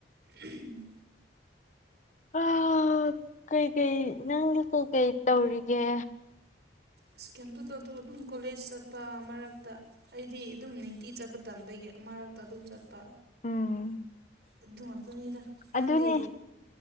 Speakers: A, on the right; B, on the left.
A: ꯎꯝ
B: ꯑ ꯀꯩꯀꯩ ꯅꯪꯗꯤ ꯀꯩꯀꯩ ꯇꯧꯔꯤꯒꯦ
A: ꯏꯁ ꯀꯦꯝꯇ ꯇꯧꯗꯕ ꯑꯗꯨꯝ ꯀꯣꯂꯦꯖ ꯆꯠꯄ ꯃꯔꯛꯇ ꯑꯩꯗꯤ ꯑꯗꯨꯝ ꯅꯤꯡꯇꯤ ꯆꯠꯄ ꯇꯟꯕꯩꯒꯤ ꯃꯔꯛꯇ ꯑꯗꯨꯝ ꯆꯠꯄ
B: ꯎꯝ
A: ꯑꯗꯨ ꯉꯥꯛꯇꯅꯤꯗ ꯅꯪꯗꯤ
B: ꯑꯗꯨꯅꯦ